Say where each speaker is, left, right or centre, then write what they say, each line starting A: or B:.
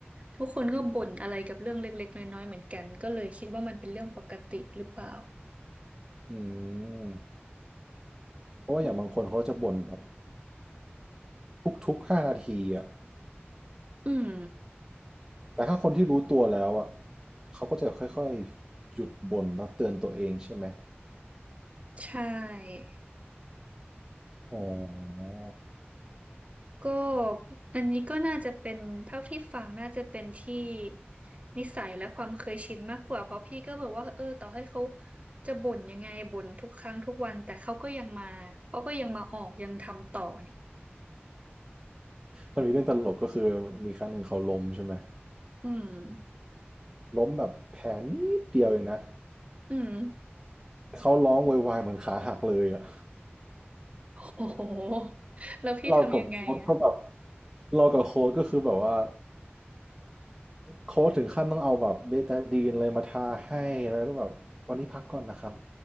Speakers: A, on the right; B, on the right.
A: ทุกคนก็บ่นอะไรกับเรื่องเล็กๆน้อยๆเหมือนกันก็เลยคิดว่ามันเป็นเรื่องปกติหรือเปล่า
B: อืม เพราะว่าอย่างบางคนเขาจะบ่นแบบทุกๆห้านาทีอ่ะ
A: อืม
B: แต่ถ้าคนที่รู้ตัวแล้วอ่ะเขาก็จะค่อยๆ หยุดบ่นแล้วเตือนตัวเองใช่ไหม
A: ใช่
B: อ๋อ
A: ก็อันนี้ก็น่าจะเป็นเท่าที่ฟังน่าจะเป็นที่นิสัยและความเคยชินมากกว่าเพราะพี่ก็บอกว่าเออต่อให้เขาจะบ่นยังไงบ่นทุกครั้งทุกวันแต่เขาก็ยังมาเขาก็ยังมาออกยังทำต่อนี่
B: มันมีเรื่องตลกก็คือมีครั้งหนึ่งเขาล้มใช่ไหม
A: อืม
B: ล้มแบบแผลนิดเดียวเองนะ
A: อืม
B: เขาร้องโวยวายเหมือนขาหักเลยอ่ะ
A: โอ้โหแล้วพี่ทำยังไงอะ
B: เรากับโค้ดก็แบบเรากับโค้ชก็คือแบบว่า โค้ชถึงขั้นต้องเอาแบบเบตาดีนอะไรมาทาให้แล้วก็แบบวันนี้พักก่อนนะครับ